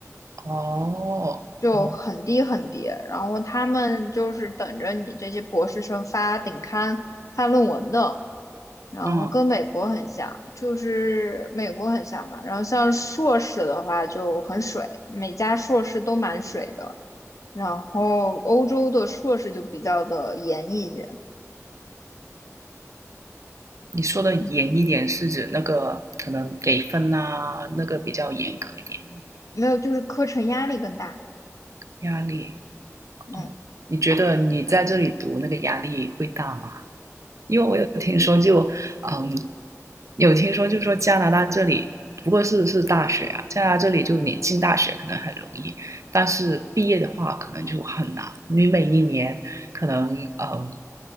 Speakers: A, on the right; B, on the left.
A: 哦，
B: 就很低很低，
A: 哦，
B: 然后他们就是等着你这些博士生发顶刊、发论文的，然后跟美国很像，
A: 嗯，嗯
B: 就是美国很像吧。然后像硕士的话就很水，每家硕士都蛮水的。然后欧洲的硕士就比较的严一些，
A: 你说的严一点是指那个可能给分啊，
B: 嗯，
A: 那个比较严格一点。
B: 没有，就是课程压力更大，
A: 压力，
B: 嗯，
A: 哦，你觉得你在这里读那个压力会大吗？因为我有听说就，嗯，有听说就说加拿大这里，不过是是大学啊，加拿大这里就你进大学可能很容易，但是毕业的话可能就很难。你每一年可能嗯，